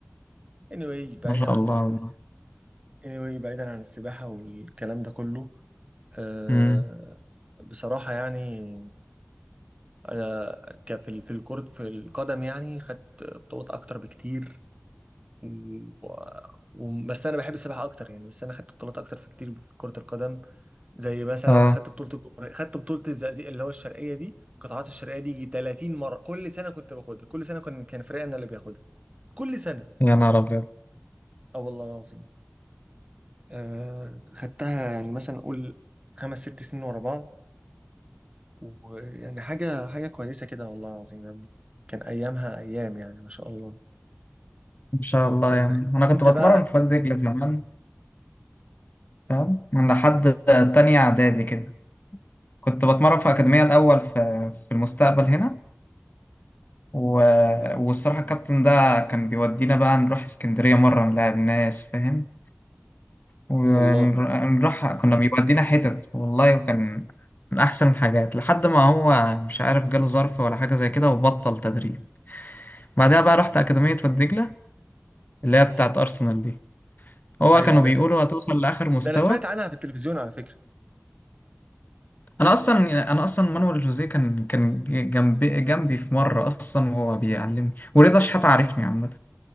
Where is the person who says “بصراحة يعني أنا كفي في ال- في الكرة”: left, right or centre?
Right